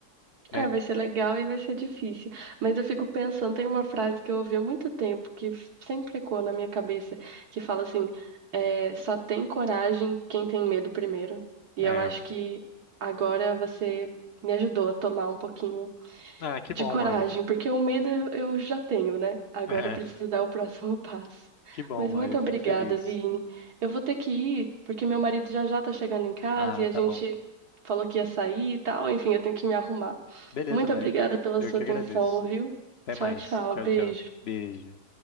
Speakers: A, on the left; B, on the right.
A: né?
B: é, vai ser legal e vai ser difícil. Mas eu fico pensando, tem uma frase que eu ouvi há muito tempo que sempre ecoa na minha cabeça, que fala assim, é, só tem coragem quem tem medo primeiro. E
A: É,
B: eu acho que agora você me ajudou a tomar um pouquinho
A: ah, que
B: de
A: bom,
B: coragem,
A: Mari.
B: porque o medo eu já tenho, né? Agora
A: É,
B: eu preciso dar o próximo <laughs> passo.
A: <laughs> que bom,
B: Mas
A: Mari,
B: muito
A: eu
B: obrigada,
A: fico feliz.
B: Vini. Eu vou ter que ir, porque meu marido já já tá chegando em casa
A: Ah,
B: e a
A: tá
B: gente
A: bom.
B: falou que ia sair e tal. Enfim, eu tenho que me arrumar.
A: Beleza,
B: Muito
A: Mari.
B: obrigada pela
A: Eu
B: sua
A: que
B: atenção,
A: agradeço.
B: viu?
A: Até
B: Tchau,
A: mais.
B: tchau.
A: Tchau,
B: Beijo.
A: tchau. Beijo.